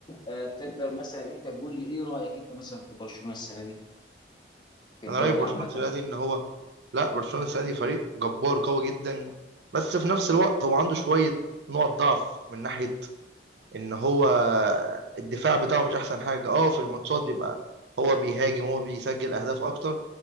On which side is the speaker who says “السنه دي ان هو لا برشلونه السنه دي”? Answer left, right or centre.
Right